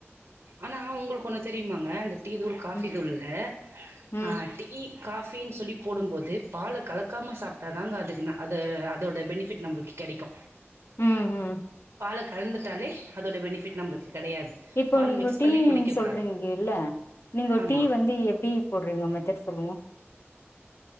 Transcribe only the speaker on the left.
ம்
ம்
ம் ம்
இப்போ
நீங்க
டீன்னு
சொல்றீங்க
இல்ல நீங்க
டீ வந்து எப்படி போடுவீங்க மெத்தேட் சொல்லுங்க